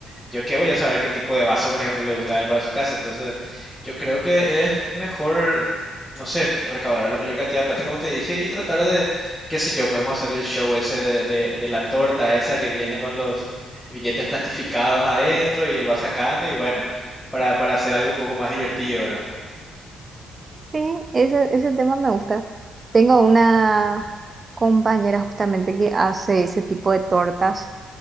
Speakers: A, in the centre; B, on the right (about 35°).
A: yo qué voy a saber qué tipo de vaso, por ejemplo, le gusta a él para su casa. Entonces, yo creo que es mejor, no sé, recaudar la mayor cantidad de plata, como te dije, y tratar de, qué sé yo, podemos hacer el show ese de, de, de la torta esa que viene con los billetes plastificados adentro y él va sacando y bueno, para, para hacer algo un poco más divertido, ¿verdad?
B: Sí, ese, ese tema me gusta. Tengo una compañera justamente que hace ese tipo de tortas